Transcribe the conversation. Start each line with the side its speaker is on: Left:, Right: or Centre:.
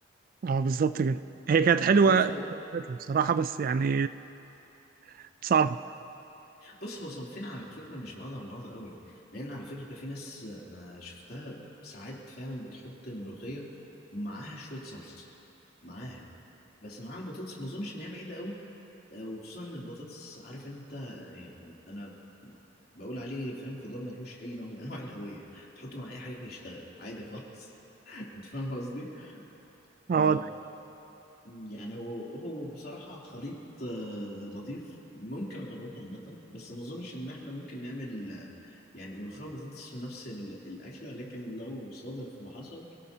Right: اه بالظبط كده هي كانت حلوه
Left: بص هو
Right: بصراحه بس يعني <laughs> صعبه
Left: بص هو صنفين على فكرة مش بعاد عن بعض قوي لان على فكرة في ناس انا شفتها ساعات فعلا بتحط الملوخية معاها شوية صلصة معاها بس معاها البطاطس ما اظنش ان هي بعيدة قوي آه، وخصوصا ان البطاطس عارف انت يعني انا بقول عليه فاهم خضار ملهوش اي نوع من انواع الهويه تحطه مع اي حاجه يشتغل عادي خالص <laughs> انت فاهم قصدي
Right: اه
Left: ف يعني هو هو بصراحه خليط آه، لطيف ممكن اجربه عامه بس ما اظنش ان احنا ممكن نعمل آه، يعني ملوخيه وبطاطس في نفس ال- الاكله لكن لو صادف وحصل